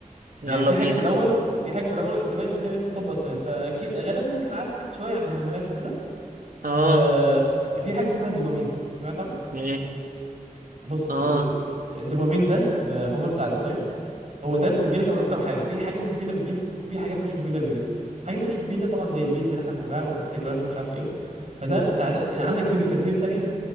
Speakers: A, on the right (about 55°); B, on the right (about 75°).
A: يعني
B: يلا
A: في
B: بينا
A: حاجه في الاول في حاجه في الاول انت باين قلت لي إن انت طب اسنان فاكيد غالبا ممكن عارف شويه عن الهرمونات وكده
B: آه
A: ففي حاجه اسمها الدوبامين سمعت عنه
B: ماشي
A: بص
B: آه
A: ال- الدوبامين ده آه، هرمون السعاده طيب هو ده بيجي لك من اكتر من حاجه في حاجات مفيده بتجيبه وفي حاجات مش مفيده بتجيبه حاجات مش مفيده طبعا زي الفيديوز اللي احنا بنتابعها والانستجرام ومش عارف ايه فده انت عز- عندك فيديو 30 ثانيه